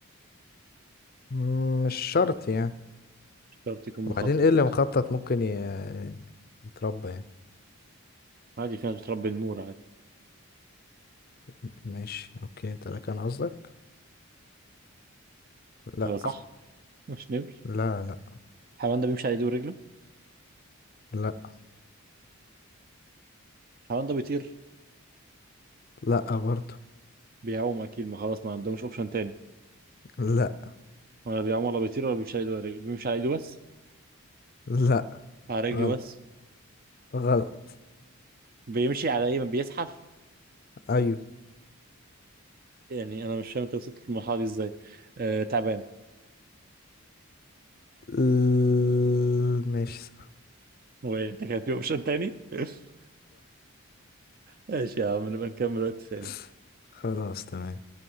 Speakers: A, on the left (about 40°); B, on the right (about 40°).
A: مم، مش شرط يعني
B: مش شرط يكون
A: وبعدين
B: مخطط
A: ايه اللي مخطط ممكن ي- يتربى يعني
B: عادي في ناس بتربي النمور عادي
A: م- ماشي اوكي انت ده كان قصدك لا
B: ولا صح؟ مش نمر
A: لا لا
B: الحيوان ده بيمشي على إيده ورجله
A: لا
B: الحيوان ده بيطير
A: لا برضو
B: بيعوم اكيد ما خلاص ما عندهمش اوبشن تاني
A: لا
B: ولا بيعوم ولا بيطير ولا بيمشي على ايده ولا رجله بيمشي على ايده بس
A: لا
B: على رجله
A: غلط
B: بس
A: غلط
B: بيمشي على ايه ما بيزحف
A: ايوه
B: يعني انا مش فاهم انت وصلت للمرحله دي ازاي آه تعبان
A: ال- ماشي صح
B: وانت كان في اوبشن تاني <laughs> ماشي يا عم نبقى نكمل وقت ثاني
A: صح خلاص تمام